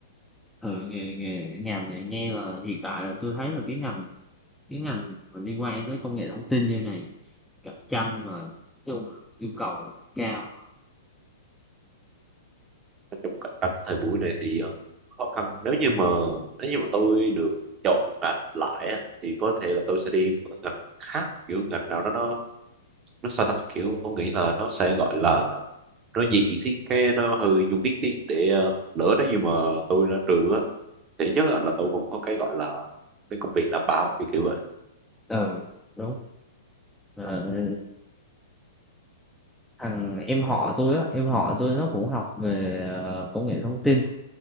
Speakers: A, in the centre; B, on the right.
A: ừ, nghe nghe ngành này nghe là hiện tại là tôi thấy là cái ngành cái ngành mà liên quan tới công nghệ thông tin như này cạnh tranh mà nói chung là yêu cầu nó cao
B: nói chung cạnh tranh thời buổi này thì ờ, khó khăn nếu như mà nếu như mà tôi được chọn ngành lại á, thì có thể là tôi sẽ đi một cái ngành khác kiểu ngành nào đó nó nó sao ta kiểu tôi nghĩ là nó sẽ gọi là nó dị xí cái nó hơi dùng biết tí để ờ, lỡ nếu như mà tôi ra trường á thì nhất là là tôi cũng có cái gọi là cái công việc đảm bảo kiểu kiểu vậy
A: ừ đúng Ờ, thằng em họ tôi á em họ tôi nó cũng học về ờ, công nghệ thông tin